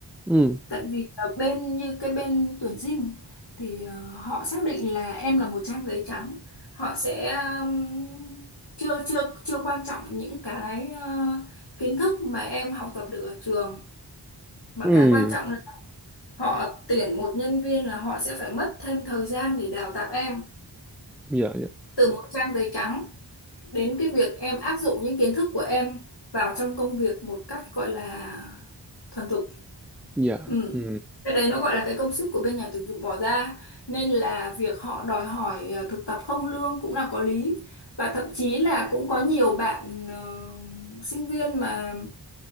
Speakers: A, in the centre; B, on the left.
A: ừ
B: Tại vì là bên như cái bên tuyển sinh thì ờ, họ xác định là em là một trang giấy trắng. Họ sẽ ừm, chưa chưa chưa quan trọng những cái ờ, kiến thức mà em học tập được ở trường mà
A: ừ.
B: cái quan trọng là họ tuyển một nhân viên là họ sẽ phải mất thêm thời gian để đào tạo em
A: dạ dạ
B: từ một trang giấy trắng đến cái việc em áp dụng những kiến thức của em vào trong công việc một cách gọi là thuần thục.
A: dạ
B: Ừ.
A: ừ
B: Cái đấy nó gọi là cái công sức của bên nhà tuyển dụng bỏ ra nên là việc họ đòi hỏi ờ, thực tập không lương cũng là có lý và thậm chí là cũng có nhiều bạn ờ, sinh viên mà